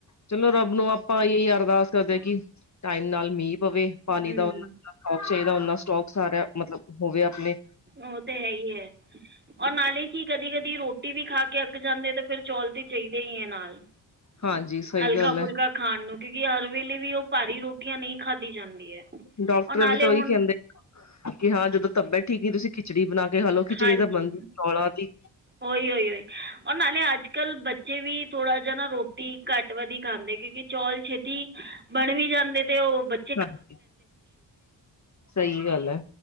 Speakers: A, on the left; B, on the right.
A: ਚਲੋ ਰੱਬ ਨੂੰ ਆਪਾਂ ਇਹੀ ਏ ਅਰਦਾਸ ਕਰਦੇ ਹਾਂ ਕਿ ਟਾਈਮ ਨਾਲ ਮੀਂਹ ਪਵੇ। ਪਾਣੀ
B: ਹੂੰ
A: ਦਾ ਨਾ ਮਤਲਬ ਖਰਚੇ ਦਾ ਉਨਾ ਸਟੋਕ ਸਾਰਾ ਮਤਲਬ ਹੋਵੇ ਆਪਣੇ
B: ਉਹ ਤੇ ਹੈ ਹੀ ਹੈ ਔਰ ਨਾਲੇ ਕੀ ਕਦੀ -ਕਦੀ ਰੋਟੀ ਵੀ ਖਾ ਕੇ ਅੱਕ ਜਾਂਦੇ ਤੇ ਫਿਰ ਚੌਲ ਤੇ ਚਾਈਦੇ ਹੀ ਹੈ ਨਾਲ
A: ਹਾਂਜੀ ਸਹੀ
B: ਹਲਕਾ-
A: ਗੱਲ ਹੈ
B: ਫੁਲਕਾ ਖਾਣ ਨੂੰ ਕਿਉਂਕਿ ਹਰ ਵੇਲੇ ਵੀ ਉਹ ਭਾਰੀ ਰੋਟੀਆਂ ਨਈ ਖਾਧੀ ਜਾਂਦੀ ਐ,
A: ਡਾਕਟਰ
B: ਉਹ ਨਾਲੇ
A: ਵੀ ਤਾਂ ਉਹੀ
B: ਹੁਣ
A: ਕਹਿੰਦੇ ਕਿ ਹਾਂ ਜਦੋਂ ਤਬੀਅਤ ਠੀਕ ਨ ਤੁਸੀਂ ਖਿਚੜੀ ਬਣਾ ਕੇ ਖਾਲੋ ਖਿਚੜੀ
B: ਹਾਂਜੀ
A: ਤਾਂ ਬਣਦੀ ਚੌਲਾਂ ਦੀ
B: ਉਹੀ ਓਈ-ਓਈ ਔਰ ਨਾਲੇ ਅੱਜ- ਕੱਲ੍ਹ ਬੱਚੇ ਵੀ ਥੋੜ੍ਹਾ ਜਿਹਾ ਨਾ ਰੋਟੀ ਘੱਟ ਵਧੀ ਖਾਂਦੇ ਕਿਉਂਕਿ ਚੌਲ ਛੇਤੀ ਬਣ ਵੀ ਜਾਂਦੇ ਤੇ ਉਹ ਬਚ
A: ਹਾਂਜੀ ਸਹੀ ਗੱਲ ਐ